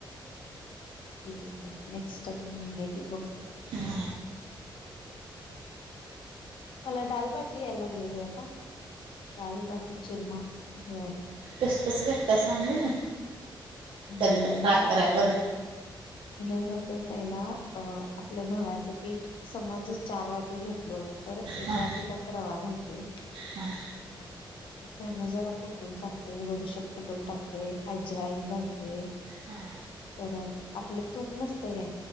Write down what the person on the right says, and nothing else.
हा.
कस कसं करताय सांग बगु
कधी तर ट्राय
कराय बरं.
हां
हां
हा